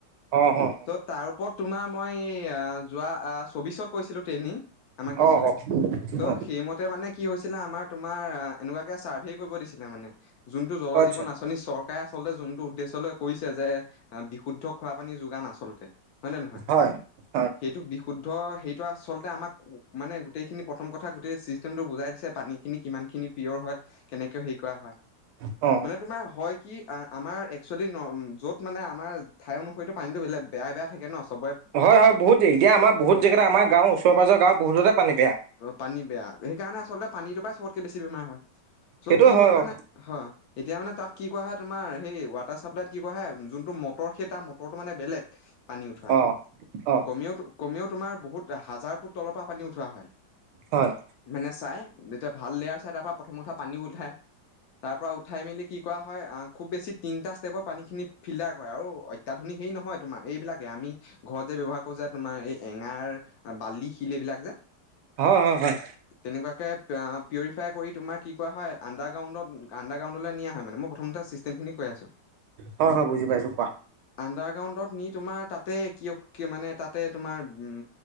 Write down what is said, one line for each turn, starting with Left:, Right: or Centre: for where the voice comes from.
Right: অ', অ'।
Left: ত' তাৰ ওপৰত তোমাৰ মই যোৱা চৌবিশত কৈছিলো ট্ৰেইনিং আমাক দিছিলে।
Right: অ অ
Left: চ'
Right: অ
Left: সেইমতে মানে কি হৈছিলে আমাৰ তোমাৰ এনেকুৱাকে চাৰ্ভে কৰিব দিছিলে মানে। যোনটো জল
Right: আচ্ছা
Left: জীৱন আঁচনি চৰ <unintelligible> আচলতে যোনটো উদ্দেশ্য লৈ কৈছে যে বিশুদ্ধ খোৱা পানী যোগান আচলতে। হয় নে নহয়?
Right: হয়, হয়।
Left: সেইটো বিশুদ্ধ, সেইটো আচলতে আমাক মানে গোটেইখিনি প্ৰথম কথা গোটেই ছিষ্টেমটো বুজাই দিছে পানীখিনি কিমানখিনি পিয়'ৰ হয় কেনেকৈ হেৰি কৰা হয়।
Right: <unintelligible>
Left: মানে তোমাৰ হয় কি আমাৰ এক্চুৱেলি য'ত মানে আমাৰ ঠাই অনুসৰিটো পানীটো বেলে বেয়া বেয়া থাকে ন চবৰে।
Right: হয় হয় বহুতেই এতিয়া আমাৰ বহুত
Left: হয়
Right: জেগাত আমাৰ গাঁও ওচৰ পাজৰ গাঁও বহুততে পানী বেয়া।
Left: পানী বেয়া সেইকাৰণে আচলতে পানীটোৰপৰা চবতকে বেছি বেমাৰ হয় চ'
Right: সেইটো
Left: কি
Right: হয়
Left: হ'ল মানে
Right: অ
Left: হয়। এতিয়া মানে তাত কি কৰা হয় তোমাৰ সেই ৱাটাৰ চাপ্লাইত কি কৰা হয়, যোনটো মটৰ সেই তাৰ মটৰটো মানে বেলেগ পানী উঠোৱা
Right: অ অ
Left: কমেও- কমেও তোমাৰ বহুত হাজাৰ ফুট তলৰ পৰা পানী উঠোৱা হয়।
Right: হয়।
Left: মানে চাই যেতিয়া ভাল লেয়াৰ চাই তাৰ পৰা প্ৰথম কথা পানীও উঠাই। তাৰ পৰা উঠাই মেলি কি কৰা হয় আহ, খুব বেছি তিনিটা ষ্টেপত পানী খিনি ফিল্টাৰ কৰে আৰু অত্যাধুনিক হেৰি নহয় তোমাৰ এইবিলাকে আমি ঘৰত যে ব্যৱহাৰ কৰো যে তোমাৰ এই এঙাৰ, বালি, শিল এইবিলাক যে
Right: হয়, হয়, হয়।
Left: তেনেকুৱাকে পিউৰিফাই কৰি তোমাৰ কি কৰা হয় আন্ডাৰ গ্ৰাউণ্ডত, আন্ডাৰ গ্ৰাউণ্ডলৈ নিয়া হয় মানে, মই প্ৰথমতে <unintelligible> খিনি কৈ আছো।
Right: হয়, হয় বুজি পাইছো কোৱা।
Left: আণ্ডাৰ গ্ৰাউণ্ডত নি তোমাৰ তাতে কি কিয় মানে তাতে তোমাৰ উম